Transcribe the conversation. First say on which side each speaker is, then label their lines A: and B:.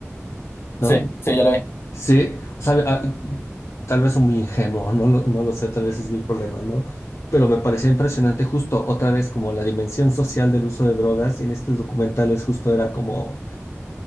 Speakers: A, on the left (about 75°); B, on the left (about 55°).
A: ¿no?
B: Sí, sí, yo lo vi.
A: Sí, o sea, ah, tal vez soy muy ingenuo, no lo, no lo sé, tal vez es mi problema, ¿no? Pero me parecía impresionante justo otra vez como la dimensión social del uso de drogas y en estos documentales justo era como...